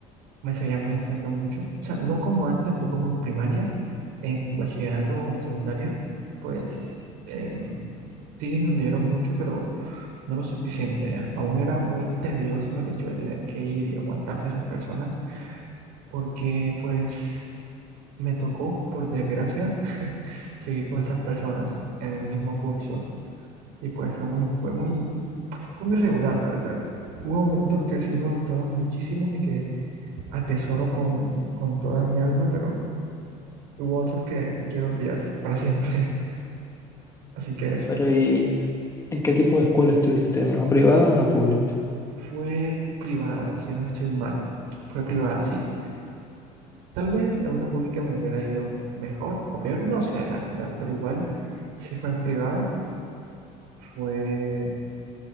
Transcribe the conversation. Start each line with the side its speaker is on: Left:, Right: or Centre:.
Right: me seguía molestando mucho. O sea, no como antes, no como en primaria, en bachillerato o en secundaria, pues em, sí disminuyeron mucho, pero no lo suficiente ya. Aún era muy tedioso el hecho de tener que ir y aguantarse a esas personas, porque pues me tocó, por desgracia, <laughs> seguir con esas personas en el mismo curso. Y pues fue muy, fue muy, fue muy regular, la verdad. Hubo momentos que sí me gustaron muchísimo y que atesoro con, con toda mi alma, pero hubo otros que quiero olvidar para siempre. <laughs> Así que eso.
Left: Pero ¿y en qué tipo de escuela estuviste? ¿Una privada o una pública?
Right: Fue privada, si no estoy mal. Fue privada, sí. Tal vez en una pública me hubiera ido mejor o peor, no sé, la verdad, pero igual, si fue en privada, fue...